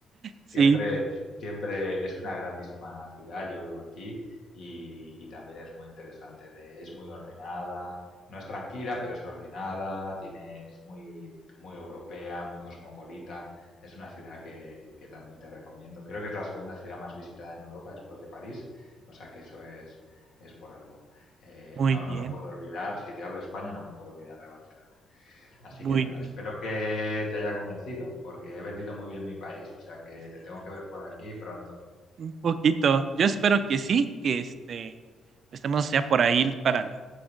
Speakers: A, on the left; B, on the right.
A: Siempre,
B: Sí,
A: siempre es una grandísima ciudad, yo vivo aquí y, y también es muy interesante, de- es muy ordenada, no es tranquila, pero es ordenada, tiene, es muy, muy europea, muy cosmopolita, es una ciudad que, que también te recomiendo. Creo que es la segunda ciudad más visitada en Europa después de París, o sea que eso es, es por algo. Eh,
B: muy
A: no,
B: bien,
A: no me puedo olvidar, si te hablo de España, no me puedo olvidar de Barcelona. Así
B: muy
A: que nada,
B: bien.
A: espero que te haya convencido, porque he vendido muy bien mi país, o sea que te tengo que ver por aquí pronto.
B: Un poquito. Yo espero que sí, que este estemos ya por ahí para la